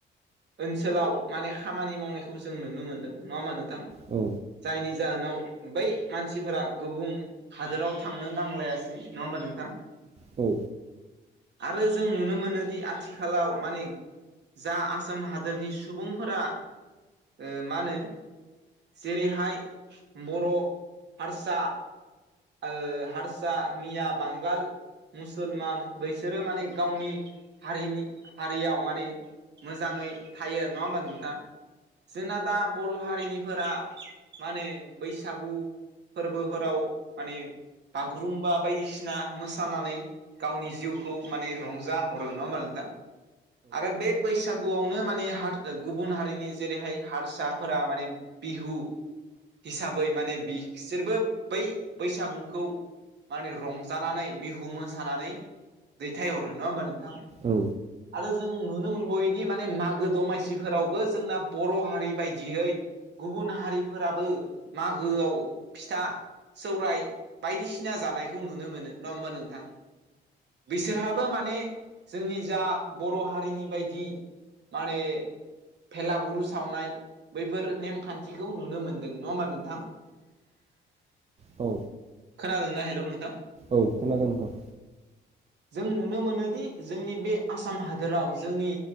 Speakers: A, on the right; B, on the right.
A: ओनसोलाव माने खामानि मावनायखौ जों नुनो मोनदों नङा होमबा नोंथां?
B: औ।
A: जायनि जाहोनाव बै मानसिफोरा गुबुं हादोराव थांनो नांलायासै नङा होमबा नोंथां?
B: औ।
A: आरो जों नुनो मोनोदि आथिखालाव माने जा आ आसाम हादोरनि सुबुंफोरा ओ मा होनो जेरैहाय बर' हारसा ओ हारसा, मिया, बांगाल मुसलमान बैसोरो माने गावनि हारिनि हारियाव माने मोजाङै थायो नङा होमबा नोंथां? जोंना दा बर' हारिनिफोरा मा होनो बैसागु फोरबोफोराव माने बागुरुम्बा बायदिसिना मोसानानै गावनि जिउखौ माने रंजाहरो नङा होनबा नोंथां आरो बे बैसागु आवनो माने हार गुबुन हारिनि जेरैहाय हारसाफोरा माने बिहु हिसाबै माने बिसोरबो बै बैसागुखौ माने रंजानानै बिहु मोसानानै दैथायहरो होमबा नोंथां?
B: औ।
A: आरो जों नुनो मोनबावो दि माने मागो दमासिफोरावबो जोंना बर' हारि बायदियै गुबुन हारिफोराबो मागोआव फिथा सौराय बायदिसिना जानायखौ नुनो मोनो नङा होमबा नोंथां? बिसोरहाबो माने जोंनि जा बर' हारिनि बायदि माने भेलागुर सावनाय बैफोर नेमखान्थिखौ नुनो मोन्दों नङा होमबा नोंथां? <inaudible>
B: औ।
A: खोनादोंना हेलौ नोंथां?
B: औ खोनादों नोंथां।
A: जों नुनो मोनोदि जोंनि बे आसाम हादोराव जोंनि